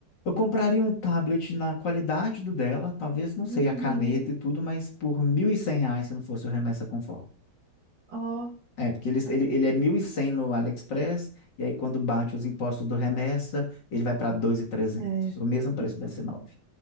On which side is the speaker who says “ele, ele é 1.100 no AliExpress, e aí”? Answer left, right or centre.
Left